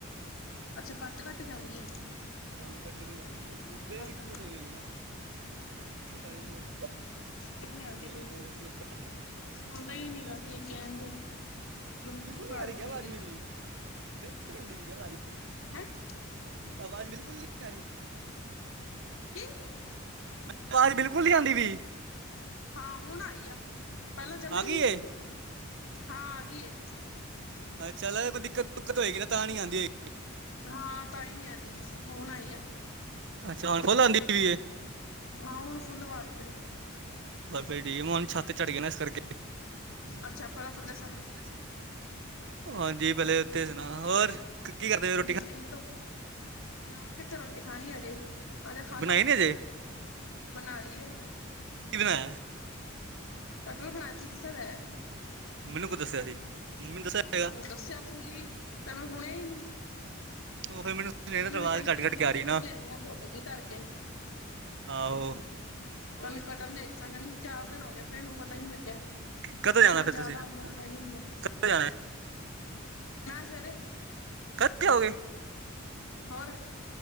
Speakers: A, on the left; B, on the right.
A: ਅੱਛਾ ਕਟ-ਕਟ ਆਂਦੀ ਐ।
B: ਹਾਂ ਕੱਟ-ਕੱਟ ਦੀ ਵਾਜ਼ ਆਜੇਗੀ ਵੇ ਦਿੱਕਤ
A: ਆਂਦੀ ਪਈ
B: ਹੋਈ ਹੈਗੀ ਨਾ <unintelligible>
A: ਵੀ ਨੀ ਆਉਂਦੀ
B: ਜਾਏਗੀ
A: ਪਈ,
B: ਕੋਨੇ 'ਚ ਲੱਗਾ ਸੀ ਨਾ
A: ਸੁਣਦਾ
B: ਹਾਂਜੀ
A: ਹੀ ਨਾ ਕੀ ਕਹਿੰਦੇ ਬਿਲਕੁਲ ਆਵਾਜ਼
B: ਨਹੀਂ ਆ ਰਹੀ ਕਿਆ
A: ਨੀ ਹੈਗੀ।
B: ਮੇਰੀ <unintelligible>
A: <unintelligible>
B: ਆਵਾਜ਼ ਬਿਲਕੁਲ ਨੀ ਆ ਰੀ।
A: ਕੀ
B: ਮ ਆਵਾਜ਼ ਬਿਲਕੁਲ ਨੀ ਆਉਂਦੀ ਪੀ?
A: ਹਾਂ ਹੁਣ ਆਈ ਆ, ਪਹਿਲਾਂ ਜਮਣ
B: ਆ ਗਈ
A: ਨੀ ਸੀ,
B: ਏ
A: ਹਾਂ ਆ ਗੀ ਏ।
B: ਅ ਚੱਲ ਕੋਈ ਦਿੱਕਤਕਤ ਹੋਏਗੀ ਨਾ ਤਾਂ ਨੀ ਆਂਦੀ ਹੋਈ।
A: ਹਾਂ ਤਾਂ ਹੀ ਨੀ ਆਉਂਦੀ ਪੀ ਸੀ ਹੁਣ ਆਈ ਆ।
B: ਅੱਛਾ ਹੁਣ ਫੁੱਲ ਆਉਂਦੀ ਪਈ ਏ।
A: ਹਾਂ ਹੁਣ ਫੁੱਲ ਆਵਾਜ਼ ਤੇਰੀ।
B: ਪਰ ਫੇਰ ਠੀਕ ਮੈ ਛੱਤ ਚੜ੍ਹ ਗਿਆ ਨਾ ਇਸ ਕਰਕੇ। <unintelligible>
A: ਅੱਛਾ ਪਹਿਲਾਂ ਥੱਲੇ ਸਾ
B: ਹਾਂਜੀ। ਪਹਿਲੇ ਉੱਥੇ ਸੁਣਾ ਹੋਰ ਕੀ ਕਰਦੇ ਨੇ ਰੋਟੀ ਖਾ
A: ਇਹਨੇ ਤੋਂ ਨਾ ਕਿਥੇ ਰੋਟੀ ਖਾਣੀ ਹਜੇ ਆਜਾ ਖਾ
B: ਬਣਾਈ
A: ਲਾ।
B: ਨੀ ਅਜੇ ਕੀ
A: ਬਣਾ ਲੀ ਏ
B: ਬਣਾਇਆ?
A: ਕਟਲ ਬਣਾਇਆ ਤੈਨੂੰ ਦਸਿਆ ਤੇ ਹੈ।
B: ਮੈਨੂੰ ਕੁਝ ਦੱਸਿਆ ਸੀ, ਮੰਮੀ ਦੱਸਿਆ ਹੋਏਗਾ।
A: ਦੱਸਿਆ ਸੀ ਤੈਨੂੰ ਸੁਣਿਆ ਹੀ ਨੀ।
B: ਉਹੀ ਫੇਰ ਮੈਨੂੰ <inaudible> ਆਵਾਜ਼
A: ਕਹਿੰਦੀ
B: ਕੱਟ-ਕੱਟ
A: ਪਈ ਸੀ ਕਹਿੰਦੀ
B: ਕੇ ਆ ਰਹੀ
A: ਕਟਰ
B: ਏ ਨਾ।
A: ਲਿਆਈ ਆ ਭੁੱਲ ਗਈ ਧਰ ਕੇ
B: ਆਹੋ। ਹੋਰ
A: ਕੱਲ ਕਟਹੱਲ ਲਿਆਈ ਸਾ ਕਹਿੰਦੀ ਚਾਰ ਦਿਨ ਹੋ ਗਏ ਭੈਣ ਨੂੰ ਪਤਾ ਹੀ ਨੀ ਲੱਗਿਆ।
B: ਕਦੋਂ ਜਾਣਾ
A: ਮੈਂ
B: ਫਿਰ ਤੁਸੀਂ
A: ਜਾਦਾ ਆਉਦਾ ਟਾਈਮ ਨੀ ਲਗਾ,
B: ਕਦੋਂ ਜਾਣਾ
A: ਮੈਂ ਸਵੇਰੇ
B: ਕਦ ਜਾਓਗੇ?
A: ਹੋਰ।